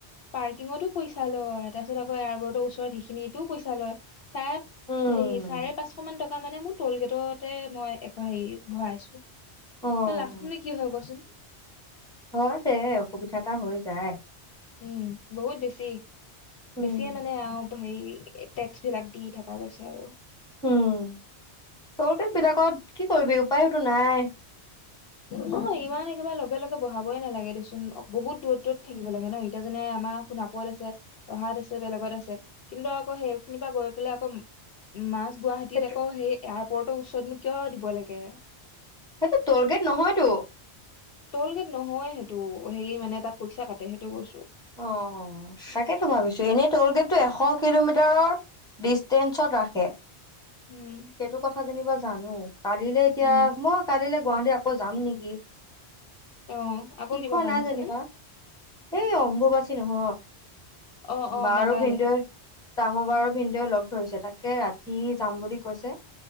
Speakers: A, on the left; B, in the centre.
A: পাৰ্কিঙতো পইচা লয় তাৰপিছত আকৌ এয়াৰপৰ্টৰ ওচৰত সেইখিনিটো পইচা লয় চাই
B: উম,
A: সে চাৰে পাঁচশ মান টকা মানে মোৰ টল গেটতে মই হে ভৰাইছো। তই
B: অ',
A: লাষ্ট নে কি হয় কচোন?
B: হয় দে অসুবিধা এটা হৈ যায়।
A: উম বহুত বেছি
B: উম।
A: বেছিয়ে মানে অ', সেই টেক্স বিলাক দি থকা গৈছে আৰু।
B: উম টোলগেট বিলাকত কি কৰিবি উপায়টো নাই।
A: নহয় ইমান একেবাৰে লগে লগে বহাবই নালাগে দেচোন বহুত দূৰত দূৰত থাকিব
B: উম।
A: লাগে ন এতিয়া যেনে আমাৰ সোণাপত আছে ৰহাত আছে বেলেগত আছে কিন্তু আকৌ সেইখিনিৰ গৈ পেলাই আকৌ মাছ গুৱাহাটীত
B: সেইটো,
A: আকৌ সেই এয়াৰ ওপৰৰতৰ ওচৰতনো কিয় দিব লাগে।
B: সেইটো টোগেট নহয়তটো।
A: টোগেট নহয় সেইটো হেৰি মানে তাত পইচা কাটে সেইটো কৈছো।
B: অ', অ ', তাকেতো ভাবিছো এনেই টলগেটটো এশ কিলোমিটাৰৰ ডিষ্টেঞ্চত ৰাখে।
A: উম
B: সেইটো কথা যেনিবা জানো কালিলে এতিয়া
A: উম
B: মই কালিলৈ গুৱাহাটী আকৌ যাম নেকি।
A: অ আকৌ
B: শিকোৱা
A: কিবা কাম
B: নাই
A: আছে
B: যেনিবা
A: নে
B: এই অ ঘ
A: অ অ
B: বাৰো
A: মেলালে
B: ভিন্দৈ ডাঙৰ বা আৰু ভিন্দই লগ ধৰিছে তাকে ৰাতি যাম বুলি কৈছে।